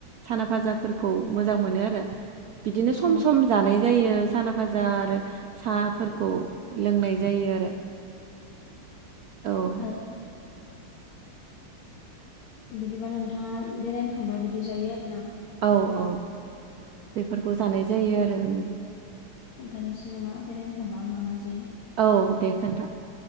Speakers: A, on the right (about 70°); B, on the left (about 80°).
A: साना भाजा। फोरखौ मोजां मोनो आरो बिदिनो सम
B: ओ
A: सम जानाय जायो साना भाजा आरो सा फोरखौ लोंनाय जायो आरो औ
B: ओ बिदिबा नोंथाङा बेरायनो थांबा बिदि जायो आरोना?
A: औ औ बेफोरखौ जानाय जायो आरो उम
B: खोन्थानिसै नामा बेरायनो थांबा आं मा मा जायो।
A: औ दे खोन्था।